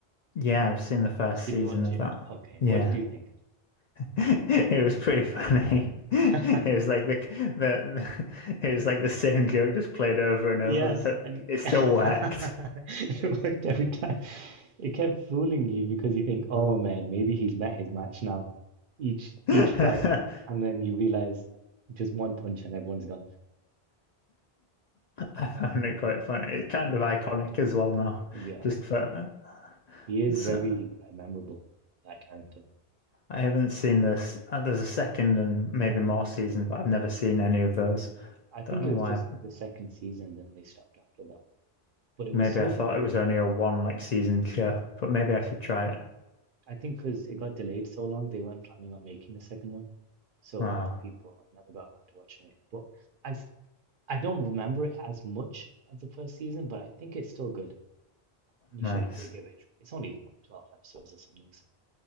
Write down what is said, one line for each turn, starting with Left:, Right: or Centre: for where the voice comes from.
Left: Yeah, I've seen the first
Right: Did
Left: season
Right: you watch
Left: of
Right: it?
Left: that.
Right: Okay,
Left: Yeah.
Right: what did you think?
Left: <laughs> It was pretty funny. <laughs> It
Right: <laughs>
Left: was like the, the, <laughs> the it was like the same joke just played over and
Right: Yes,
Left: over that
Right: and
Left: it
Right: <laughs>
Left: still
Right: it
Left: worked.
Right: worked every time. It kept fooling you because you think, "Oh man, maybe he's met his match now." Each
Left: <laughs>
Right: each fight, and then you realize just one punch and everyone's gone.
Left: I found it quite funny. It's kind
Right: Mm,
Left: of iconic as well now,
Right: Yeah,
Left: just for
Right: yeah. He is
Left: so
Right: very uh, memorable, that character.
Left: I haven't seen this. Uh, there's a second and maybe
Right: Yeah,
Left: more
Right: yeah.
Left: seasons, but I've never seen any of those.
Right: I
Left: I
Right: think
Left: don't know
Right: it was
Left: why.
Right: just the second season, then they stopped after that. But it
Left: Maybe
Right: was so
Left: I thought
Right: delayed.
Left: it was only a one like season show, but maybe I should try it.
Right: I think because it got delayed so long, they weren't planning on making a second one. So
Left: Oh,
Right: a lot of people never got around to watching it. But I, f- I don't remember it as much as the first season, but I think it's still good. You
Left: nice.
Right: should probably give it a try. It's only what, 12 episodes or something, so